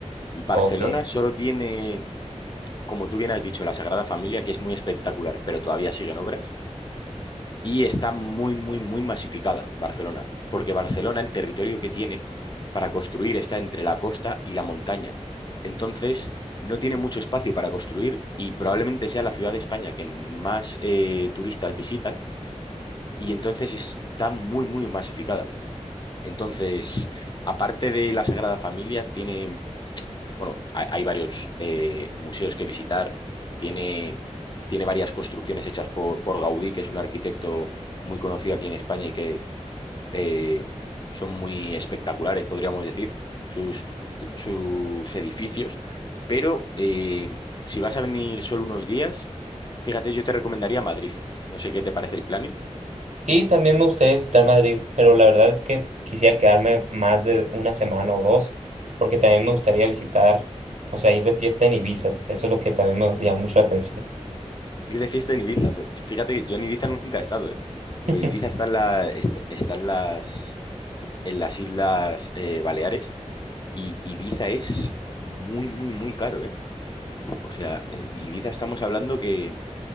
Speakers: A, on the left; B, on the right.
A: Barcelona
B: Ok.
A: solo tiene, como tú bien has dicho, la Sagrada Familia, que es muy espectacular, pero todavía siguen obras. Y está muy, muy, muy masificada Barcelona, porque Barcelona, el territorio que tiene para construir está entre la costa y la montaña. Entonces, no tiene mucho espacio para construir y probablemente sea la ciudad de España que más eh, turistas visitan y entonces está muy, muy masificada. Entonces, aparte de la Sagrada Familia, tiene, bueno, ha- hay varios eh, museos que visitar, tiene, tiene varias construcciones hechas por, por Gaudí, que es un arquitecto muy conocido aquí en España y que eh, son muy espectaculares, podríamos decir, sus, sus edificios, pero eh, si vas a venir solo unos días, fíjate, yo te recomendaría Madrid. No sé qué te parece el planning.
B: Sí, también me gustaría visitar Madrid, pero la verdad es que quisiera quedarme más de una semana o dos, porque también me gustaría visitar, o sea, ir de fiesta en Ibiza. Eso es lo que también me llama mucho la atención.
A: Ir de fiesta en Ibiza. Pues, fíjate que yo en Ibiza nunca he estado, ¿eh? Digo,
B: <laughs>
A: Ibiza está en, la- est- está en las, en las Islas eh, Baleares y Ibiza es muy, muy, muy caro, ¿eh? O sea, eh, Ibiza estamos hablando que